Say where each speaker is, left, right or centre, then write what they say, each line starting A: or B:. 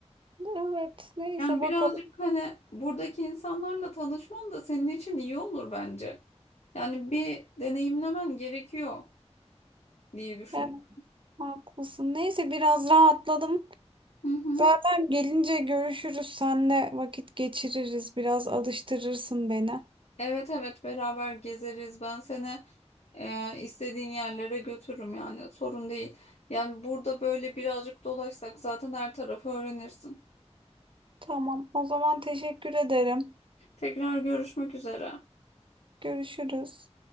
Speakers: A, on the right (about 50°); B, on the left (about 70°).
A: Evet, neyse
B: Yani
A: bakalım.
B: birazcık hani buradaki insanlarla tanışman da senin için iyi olur bence. Yani bir deneyimlemen gerekiyor diye düşünüyorum.
A: Evet, haklısın. Neyse biraz rahatladım.
B: Hı hı.
A: Zaten gelince görüşürüz. Senle vakit geçiririz. Biraz alıştırırsın beni.
B: Evet evet beraber gezeriz. Ben seni e, istediğin yerlere götürürüm yani sorun değil. Yani burada böyle birazcık dolaşsak zaten her tarafı öğrenirsin.
A: Tamam, o zaman teşekkür ederim.
B: Tekrar görüşmek üzere.
A: Görüşürüz.